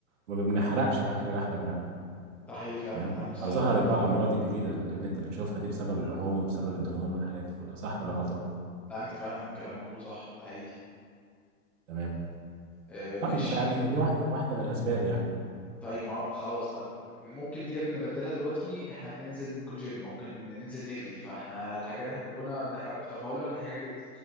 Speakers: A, on the right; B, in the centre.
A: وما بنحرقش الأكل اللي إحنا بناكله
B: ده حقيقي فعلا
A: تمام
B: انت عندك صح
A: أو ظهرت
B: عندك
A: بقى الأمراض الجديدة اللي أنت بتشوفها دي بسبب اللحوم وبسبب الدهون والحاجات دي كلها صح ولا غلطان
B: لا انت فعلا كلامك كله صح ده حقيقي
A: تمام
B: اه
A: طيب
B: ماشي
A: فيعني دي واحدة واحدة من الأسباب
B: طيب ما هو خلاص طب ممكن ديت نبدلها دلوقتي احنا بننزل ممكن جيم ممكن ننزل نجري فاحنا الحاجه اللي احنا كنا بنحرقه طب هقول لك انا حاجه جد